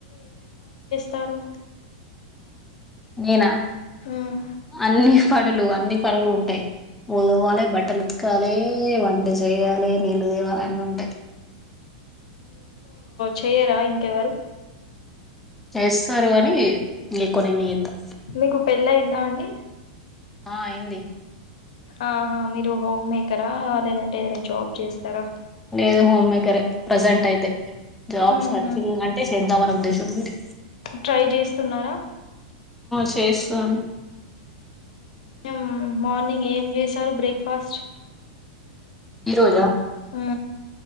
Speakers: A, on the left; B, in the centre.
A: తరు
B: నేనా
A: మ్మ్
B: అన్నీ పనులు అ అన్నీ పనులు ఉంటాయి వాలయి బట్టలు ఉ తకాలే వంట చేయాలే నీళ్ళు తేవాల అన్నీ ఉంటాయి
A: చేయరా ఇంకెవరు
B: చేస్తారు కాని ఎక్కువ నేనే చేస్తా
A: మీకు పెళ్లి అయిందా అండి
B: ఆ ఏంది
A: అ ఆహా మీరు హోమ్ మేకరా లేదంటే ఏదైనా జాబ్ చేస్తారా
B: లేదు హోమ్ మేకరే ప్రెసెంట్ అయితే జాబ్
A: మ్మ్
B: సర్చింగ్ అంటే చేద్దాంమని ఉద్దేశం చమ్మడి
A: ట్రై చేస్తున్నారా
B: చేస్తను
A: హ్ మార్నింగ్ ఏం చేశారు బ్రేక్ఫాస్ట్
B: ఈ రోజా
A: హ్